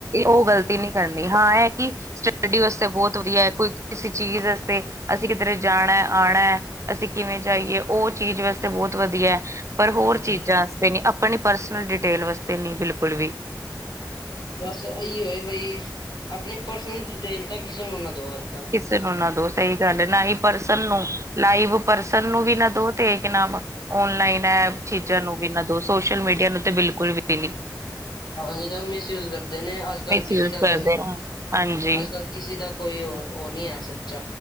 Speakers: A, on the right; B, on the left.
A: ਓ ਗ਼ਲਤੀ ਨੀਂ ਕਰਨੀ ਹਾਂ ਏ ਕਿ ਸਟੱਡੀ ਵਾਸਤੇ ਬੋਤ ਵਧੀਆ ਐ। ਕੋਈ ਕਿਸੇ ਚੀਜ਼ ਅਸਤੇ, ਅਸੀਂ ਕਿਧਰੇ ਜਾਣਾ-ਆਣਾ। ਅਸੀਂ ਕਿਵੇਂ ਜਾਈਏ ਓ ਚੀਜ਼ ਵਾਸਤੇ ਬੋਤ ਵਧੀਆ। ਪਰ ਹੋਰ
B: ਹਾਂਜੀ,
A: ਚੀਜ਼ਾਂ ਆਸਤੇ ਨੀਂ ਆਪਣੀ ਪਰਸਨਲ ਡਿਟੇਲ ਵਾਸਤੇ ਨੀਂ ਬਿਲਕੁਲ ਵੀ।
B: ਬਸ ਅਈ ਓ ਏ ਬਈ ਆਪਣੀ ਪਰਸਨਲ ਡਿਟੇਲ ਤਾਂ ਕਿਸੇ ਨੂੰ ਨਾ ਦੋ ਅੱਜ। ਕੱਲ।
A: ਕਿਸੇ ਨੂੰ ਨਾਂ ਦੋ। ਸਈ ਗੱਲ ਐ, ਨਾ ਈਂ ਪਰਸਨ ਨੂੰ ਲਾਈਵ ਪਰਸਨ ਨੂੰ ਵੀ ਨਾ ਦੋ ਤੇ ਕਿ ਨਾਂਮ ਓਨਲਾਈਨ ਐ ਚੀਜ਼ਾਂ ਨੂੰ ਵੀ ਨਾ ਸੋਸ਼ਲ ਮੀਡੀਆ ਨੂੰ ਤੇ ਬਿਲਕੁਲ ਵੀ ਨੀਂ।
B: ਹਾਂ ਨਈਂ ਤਾਂ ਮਿਸਯੂਜ ਕਰਦੇ ਨੇਂ, ਅੱਜ-ਕਲ
A: ਮਿਸਯੂਜ
B: ਕਿਸੇ ਦਾ
A: ਕਰਦੇ
B: ਕੋਈ ਨੀਂ।
A: ਹਾਂਜੀ
B: ਅੱਜ ਕੱਲ ਕਿਸੇ ਦਾ ਕੋਈ ਓ, ਓ ਨੀਂ ਐ ਸੱਚਾ।